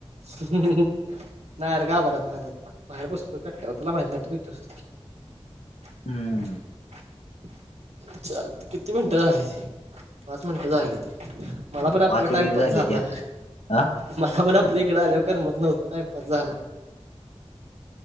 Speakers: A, on the right; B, on the left.
A: नाही गाभऱ्यात नाही अजिबात बाहेर बसतो कट्ट्या तुला माहित नाही इथंच.
B: <inaudible>
A: <inaudible>
B: हम्म
A: चालते किती मिनिटं झाली ते? पाच मिनिटं झाली ते. मला पण आपला
B: पाच
A: टाईम
B: वीस झाले
A: पास झाला,
B: त्यात हा
A: मला पण इकडे आल्या करमत नव्हतं टाईमपास झाला.